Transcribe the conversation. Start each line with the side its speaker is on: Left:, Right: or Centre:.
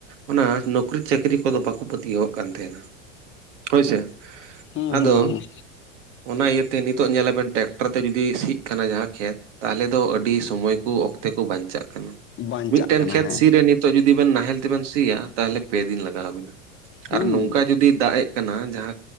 Right: ᱚᱱᱟ ᱱᱚᱠᱨᱤ ᱪᱟᱹᱠᱨᱤ ᱠᱚᱫᱚ ᱵᱟᱠᱚ ᱯᱟᱹᱛᱭᱟᱹᱣᱟᱜ ᱠᱟᱱ ᱛᱟᱦᱮᱸᱱᱟ᱾ ᱦᱳᱭᱥᱮ
Left: ᱦᱩᱸ
Right: ᱟᱫᱚ
Left: ᱦᱩᱸ ᱦᱩᱸ
Right: ᱚᱱᱟ ᱤᱭᱟᱹᱛᱮ ᱱᱤᱛᱚᱜ ᱧᱮᱞᱟᱵᱮᱱ ᱴᱨᱟᱠᱴᱟᱨ ᱛᱮ ᱡᱩᱫᱤ ᱥᱤᱜ ᱠᱟᱱᱟ ᱡᱟᱦᱟᱸ ᱠᱷᱮᱛ ᱛᱟᱦᱚᱞᱮ ᱫᱚ ᱟᱹᱰᱤ ᱥᱚᱢᱚᱭ ᱠᱚ ᱚᱠᱛᱮ ᱠᱚ ᱵᱟᱧᱪᱟᱜ ᱠᱟᱱᱟ ᱾
Left: ᱵᱟᱧᱪᱟᱜ
Right: ᱢᱤᱫᱴᱮᱱ
Left: ᱠᱟᱱᱟ
Right: ᱠᱷᱮᱛ
Left: ᱦᱮᱸ
Right: ᱥᱤ ᱨᱮ ᱱᱤᱛᱚᱜ ᱡᱩᱫᱤ ᱵᱮᱱ ᱱᱟᱦᱮᱞ ᱛᱮᱵᱮᱱ ᱥᱤᱭᱟ ᱛᱟᱦᱚᱞᱮ ᱯᱮ ᱫᱤᱱ ᱞᱟᱜᱟᱣ ᱟᱹᱵᱤᱱᱟ
Left: ᱦᱩᱸ
Right: ᱟᱨ ᱱᱚᱝᱠᱟ ᱡᱩᱫᱤ ᱫᱟᱜ ᱮᱫ ᱠᱟᱱᱟ ᱡᱟᱦᱟᱸ